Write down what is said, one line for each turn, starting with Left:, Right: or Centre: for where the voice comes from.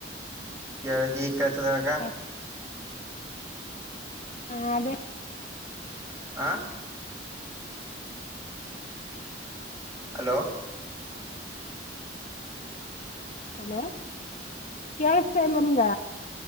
Right: ಕೆಲ ಕಸಗ
Left: ಹ ಹಾ ಅದೇ
Right: ಆ ಹಲೋ
Left: ಹಲೋ ಕೇಳಸ್ತಮ್ಮ ನಿಂಗ